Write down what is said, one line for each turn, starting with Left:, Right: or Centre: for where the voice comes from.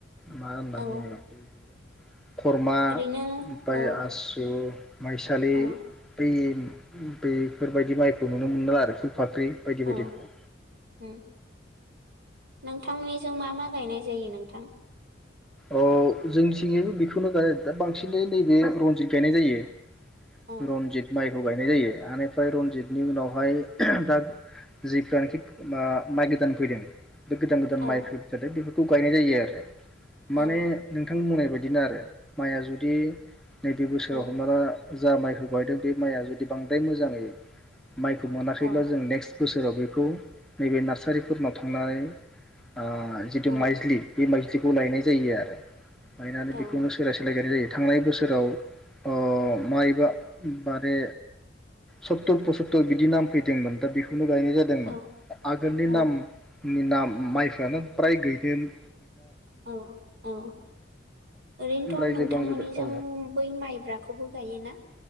Centre: मा होनना
Right: औ
Centre: बुंगोन <unintelligible> खरमा
Right: ओरैनो
Centre: ओमफ्राय
Right: औ
Centre: आसु माइसालि
Right: औ
Centre: बै बेफोरबायदि माइखौ नुनो मोनो आरोखि फाख्रि बायदि
Right: औ
Centre: बायदिखौ
Right: उम नोंथांनि जों मा मा गायनाय जायो नोंथां
Centre: अ जोंनिथिंजायबो बेखौनो गाय दा बांसिनै नैबे रनजित गायनाय जायो
Right: औ
Centre: रनजित माइ खौ गायनाय जायो बेनिफ्राय रनजितनि उनावहाय दा जेफ्रानोखि मा माइ गोदान फैदों बे गोदान गोदान
Right: औ
Centre: माइ बेफोरखौ गायनाय जायो आरो माने
Right: औ
Centre: नोंथां बुंनाय बायदि बिदिनो आरो माइया जुदि नैबे बोसोराव
Right: औ
Centre: हमना ला जा माइखौ गायदों बे माइआ जुदि बांद्राय मोजाङै माइखौ मोनाखैल्बा
Right: औ
Centre: जों नेक्स् बोसोराव बेखौ नैबे नार्सारिफोरनाव थांनानै आ जितु
Right: औ
Centre: माइज्लि बे माइज्लि खौ लायनाय जायो आरो लायनानै
Right: औ
Centre: बेखौनो सोलाय सोलाय गायनाय जायो थांनाय बोसोराव ओ माइब्रा माने सत्तुर पसत्तुर बिदि नाम फैदोंमोन दा बेफोर खौनो गायनाय जादोंमोन
Right: औ
Centre: आगोलनि
Right: औ
Centre: नाम नि नाम माइ प्राय गैदेन
Right: औ औ ओरैनोथ
Centre: ओमफ्राय
Right: नोंथांमोननिजों
Centre: जोबलांजोब्बाय औ
Right: बै माइब्राखौबो गायोना